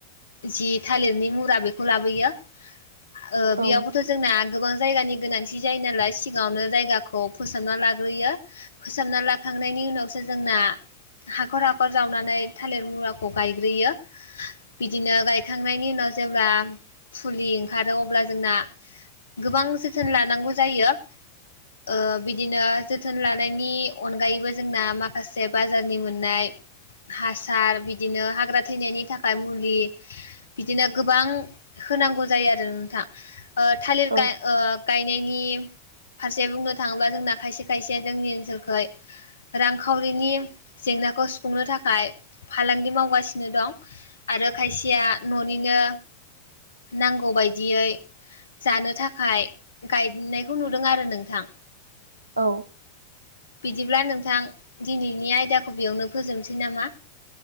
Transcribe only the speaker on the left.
जि थालिरनि मुरा बेखौ लाबोयो ओ
बेयावबोथ' जोंना गोबां जायगानि गोनांथि जायो नालाय सिगाङावनो जायगाखौ फोसाबना लाग्रोयो फोसाबना लाखांनायनि उनावसो जोंना हाखर हाखर जावनानै थालिर मुराखौ गायग्रोयो। बिदिनो गायखांनायनि उनाव जेब्ला फुलि ओंखारो अब्ला जोंना गोबां जोथोन लानांगौ जायो। ओ बिदिनो जोथोन लानायनि अनगायैबो जोंना माखासे बाजारनि मोननाय हासार बिदिनो हाग्रा थैनायनि थाखाय मुलि। बिदिनो गोबां होनांगौ जायो आरो नोंथाङ ओ था
गा ओ गायनायनि फारसे बुंनो थाङोब्ला जोंना खायसे खायसे जोंनि ओनसोलखै रांखावरिनि जेंनाखौ सुफुंनो थाखाय फालांगि मावगासिनो दं आरो खायसेया न'निनो नांगौ बायदियै। जानो थाखाय गायनायखौ नुदों आरो नोंथां।
बिदिब्ला नोंथां दिनैनि आयदाखौ बेयावनो फोजोबनोसै नामा?